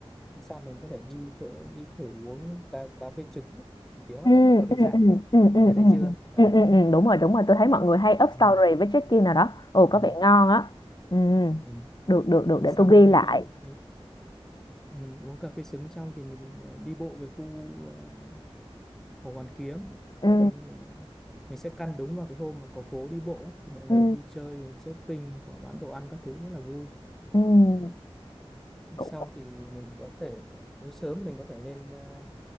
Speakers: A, in the centre; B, on the left.
A: sau mình có thể đi thử, đi thử uống cà, cà phê trứng tiếng lắm
B: ừ
A: cà phê
B: ừ
A: Giảng
B: ừ
A: ấy.
B: ừ
A: Bà
B: ừ ừ
A: nghe thấy
B: ừ
A: chưa đấy
B: ừ ừ, ừ, đúng rồi đúng rồi tôi thấy mọi người hay up story
A: ừ.
B: với check-in nào đó ồ
A: Ừ.
B: có vẻ ngon á ừ
A: Ừ.
B: được được được
A: thì
B: để
A: xong
B: tôi ghi
A: khi
B: lại
A: mình ừ. uống cà phê trứng xong thì mình ờ, đi bộ về khu ờ, Hồ Hoàn Kiếm
B: ừ
A: tại vì mình sẽ căn đúng vào cái hôm mà có phố đi bộ ấy, thì mọi người
B: ừ
A: vui chơi shopping có bán đồ ăn các thứ rất là vui
B: ừ
A: Đấy.
B: cũng
A: Xong thì mình có thể nếu sớm mình có thể lên ờ,